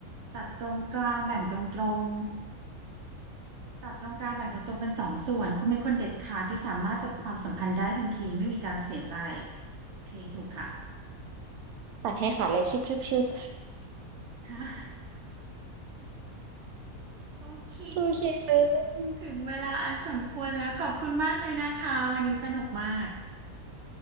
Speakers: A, on the right (about 60°); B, on the right (about 80°).
A: ตัดตรงกลางแบ่งตรงตรง ตัดตรงกลางแบ่งตัวตรงเป็นสองส่วนคุณเป็นคนเด็ดขาดที่สามารถจบความสัมพันธ์ได้ทันทีไม่มีการเสียใจโอเคถูกค่ะ
B: ตัดให้ขาดเลยชึบชึบชึบ
A: <laughs> โอเค
B: โอเคเลย
A: ถึงเวลาอันสมควรแล้วขอบคุณมากเลยนะคะวันนี้สนุกมาก